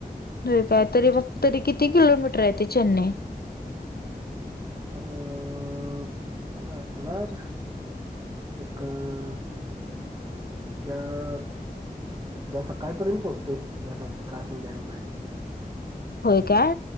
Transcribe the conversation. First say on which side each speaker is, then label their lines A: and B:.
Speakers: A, on the left; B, on the right.
A: नाही <unintelligible> काय तरी मग तरी किती किलोमीटर आहे ते चेन्नई
B: ह असणार एक जज <unintelligible> उद्या सकाळपर्यंत पोहोचतोय उद्या काल <unintelligible> संध्याकाळपर्यंत
A: होय काय